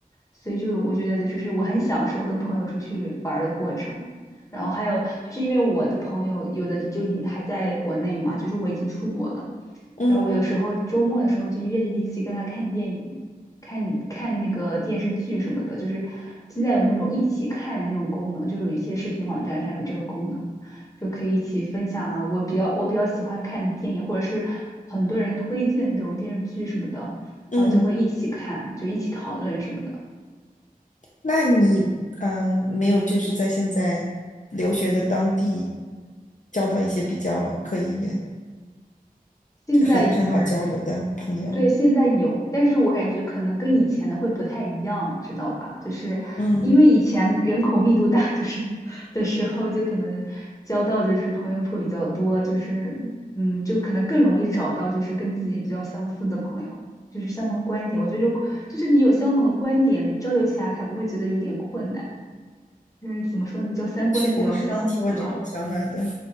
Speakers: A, on the left; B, on the left.
A: 所以就我觉得就是我很享受跟朋友出去玩儿的过程。然后还有就是因为我的朋友有的就已还在国内嘛，就是我已经出国了，
B: 嗯
A: 然后我有时候周末的时候就约着一起跟他看电影，看看那个电视剧什么的，就是现在有那种一起看的那种功能，就是有一些视频网站上有这个功能，就可以一起分享啊，我比较我比较喜欢看的电影，或者是很多人推荐的那种电视剧什么的，然后就会一起看，
B: 嗯。
A: 就一起讨论什么的。
B: 那你嗯、呃没有就是在现在留学的当地交到一些比较可以
A: 现在
B: 很很好交流的朋友？
A: 对现在有，但是我感觉可能跟以前的会不太一样，知道吧？就是因为以前人口密度大，
B: 嗯，
A: 就是的时候就可能交到就是朋友会比较多，就是嗯，就可能更容易找到就是跟自己比较相似的朋友，就是相同观点。我觉得就就是你有相同的观点，交流起来还不会觉得有点困难，就是怎么说呢，叫三观比较相似吧。
B: 去，我是能体会这种想法的。